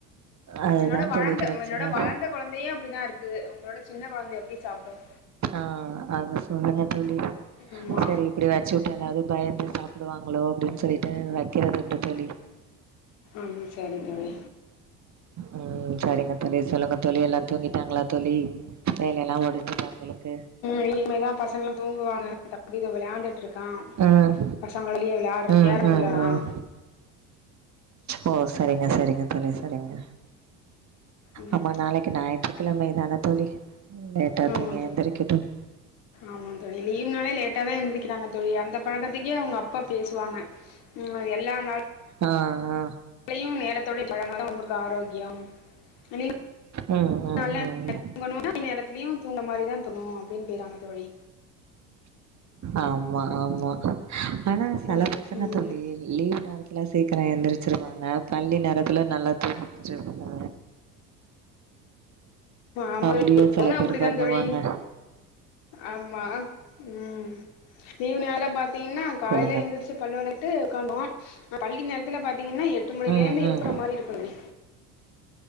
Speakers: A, on the right; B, on the left.
A: அதுதா
B: என்னோட வளந்த
A: தோழி பிரச்சன
B: என்னோட வளந்த குழந்தையும் அப்படிதான் இருக்கு உங்களோட சின்ன குழந்த எப்படி சாப்டும்
A: ஆஹ் அத சொல்லுங்க தோழி
B: ஆமா
A: சரி இப்படி வச்சு விட்டேனாலாவது பயந்து சாப்பிடுவாங்களோ அப்படின்னு சொல்லிட்டு வைக்கிறதுண்டு தோழி
B: ம் சரி தோழி
A: உம் சரிங்க தோழி சொல்லுங்க தோழி எல்லாம் தூங்கிட்டாங்களா தோழி வேலை எல்லாம் உடைஞ்சிட்டா உங்களுக்கு
B: இல்ல இனிமேதான் பசங்களும் தூங்குவாங்க தத விளையாண்டு டு இருக்கான்
A: ம்
B: பசங்களயே யாரும்
A: ம்
B: கேர்ரம் போர்டு
A: ம்
B: விளையாட்றான்
A: ம் ஓ சரிங்க சரிங்க தோழி சரிங்க
B: ம்
A: ஆமா நாளைக் கு ஞாயிற்றுக்கிழ மைதான தோழி லேட்டா
B: ஆமா
A: தூங்கி
B: தோழி
A: எந்தரைக்கட்டும்
B: ஆமா தோழி லீவ்னாலே லேட்டா தான் எந்ரிக்கிறாங்க தோழி அந்த பழக்கத்துக்கே அவங்க அப்பா பேசுவாங்க உம் எல்லா நாள்
A: ஆங் ஆ
B: லேயும் நேரத்தோட கிளம்பினாதான் உங்களுக்கு ஆரோக்கியம் நீ
A: ம், ம்,
B: ல்ல
A: ம்.
B: உங்கும் <inaudible> நேரத்துலயும் தூங்ற மாரி தான் தோணும் அப்படின்னுறாங்க தோழி
A: ஆமா ஆமா ஆனா சில
B: ம்
A: பசங்க
B: ம்
A: தோழி லீவ் நேர த்ல சீக்கிரம் எழுந்திரிச்சிருவாங்க பள்ளி நேரத்துல நல்லா தூங்கிட்டு இருப்பாங்க
B: ஆமா
A: அப்டியும்
B: <inaudible>
A: சில பேர்
B: அப்படிதா
A: பண்ணுவாங்க.
B: தோழி ஆமா ம் லீவு நாள்ல பாத்தீங்கன்னா காலயிலே
A: சொல்லுங்க.
B: எந்திர்ச் சு பள்ள வெளக்கிட்டு உக்காந்தோ பள்ளி நேரத்துல பாத்தீங்கன்னா எட்டு மணில
A: ம்,
B: இருந்து
A: ம்.
B: எப்புற மாரி இருக்கணு